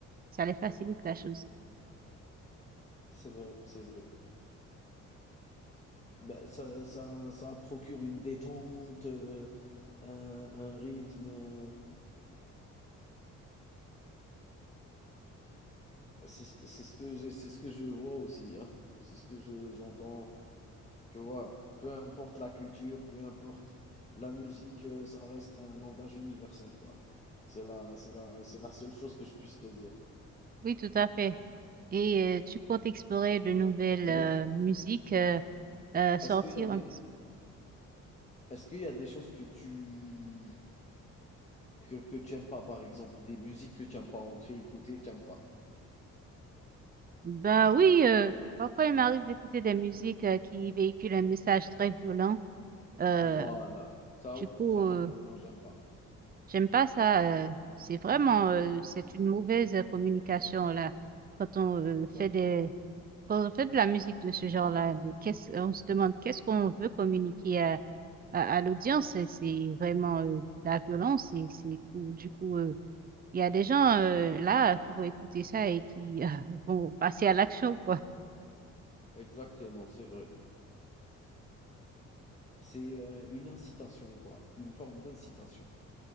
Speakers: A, on the right; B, on the left.
A: ça les facilite la chose.
B: C'est vrai, c'est vrai. Ben ça ça ça procure une détente, heu, un un rythme, heu, c'est ce que c'est ce que j'ai c'est ce que je vois aussi, hein. C'est ce que je j'entends, tu vois? Peu importe la culture, peu importe la musique, heu, ça reste un langage universel, quoi. C'est la c'est la c'est la seule chose que je puisse te dire.
A: Oui, tout à fait. Et euh, tu comptes explorer de nouvelles
B: Il
A: euh,
B: y a Mmh.
A: musiques. euh, euh, sortir
B: est-ce qu'il y a des
A: un petit...
B: est-ce qu'il y a des choses que tu que que tu aimes pas, par exemple, des musiques que tu aimes pas? On te fait écouter, tu aimes pas?
A: Ben oui, euh, parfois il m'arrive d'écouter des musiques euh, qui véhiculent un message très violent. Euh,
B: Voilà, ça
A: du
B: ou
A: coup,
B: ça
A: euh,
B: non plus, moi j'aime pas.
A: j'aime pas ça. euh, c'est vraiment, euh, c'est une mauvaise communication là. Quand on euh,
B: Exactement,
A: fait des, quand on fait de la musique de ce genre-là, mais qu'est-ce, on se demande qu'est-ce qu'on veut communiquer à, à, à l'audience. et C'est vraiment euh, de la violence et c'est ou- du coup, euh, il y a des gens euh, là qui vont écouter ça et qui <laughs> vont passer à l'action, quoi.
B: exactement, c'est vrai. C'est, heu, une incitation quoi, une forme d'incitation